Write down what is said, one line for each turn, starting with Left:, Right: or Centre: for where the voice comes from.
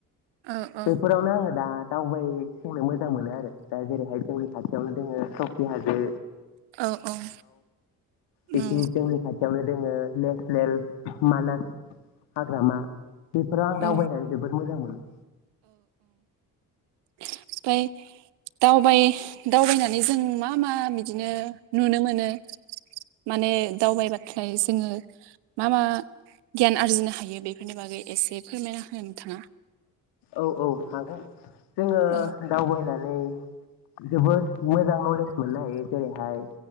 Right: औ औ
Left: बेफोरावनो आङो दा दावबाय थिंनो मोजां मोनो आरो दा जेरैहाय जोंनि खाथियावनो दोङो सकि हाजो
Right: औ औ
Left: बेखिनि
Right: औ
Left: जोंनि खाथिआव बो दङ नेसनेल मानास हाग्रामा बेफोराव आं
Right: औ
Left: दावबायनानै जोबोद मोजां मोनो
Right: ओमफाय दावबाय दावबायनानै जों मा मा बिदिनो नुनो मोनो माने दावबायबाथाय जोङो मा मा गियान आरजिनो हायो बेफोरनि बागै एसे फोरमायना हो नोंथाङा
Left: औ औ हागोन। जोङो
Right: औ
Left: दावबायना नै जोबोद मोजां नलेज मोननो हायो जेरैहाय